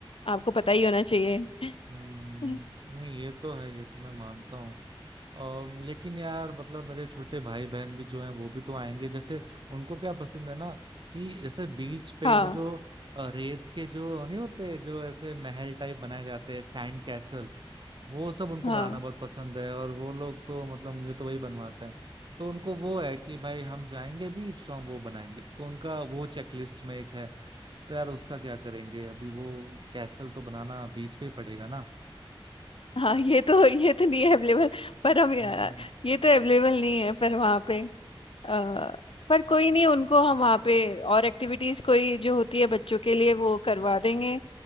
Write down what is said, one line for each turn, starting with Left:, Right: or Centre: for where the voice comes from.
Left: आपको पता ही होना चाहिए
Right: हम्म,
Left: <laughs>
Right: नहीं ये तो है ये तो मैं मानता हूँ अम, लेकिन यार मतलब मेरे छोटे भाई बहन भी जो हैं वो भी तो आएंगे जैसे उनको क्या पसंद है ना कि जैसे बीच पे
Left: हाँ
Right: वो जो अ, रेत के जो नहीं होते जो ऐसे महल टाइप बनाए जाते हैं सैंड कैसल वो सब उनको
Left: हाँ
Right: बनाना बहुत पसंद है और वो लोग तो मतलब मुझे तो वही बनवाते हैं तो उनको वो है कि भाई हम जाएंगे बीच तो हम वो बनाएंगे तो उनका वो चेकलिस्ट में एक है तो यार उसका क्या करेंगे अभी वो कैसल तो बनाना बीच पे ही पड़ेगा ना
Left: हाँ ये तो ये तो नहीं है अवेलेबल पर हम
Right: हम्म
Left: अ, ये तो अवेलेबल नहीं है पर वहाँ पे अ, पर कोई नहीं उनको हम वहाँ पे और एक्टिविटीज कोई जो होती है बच्चों के लिए वो करवा देंगे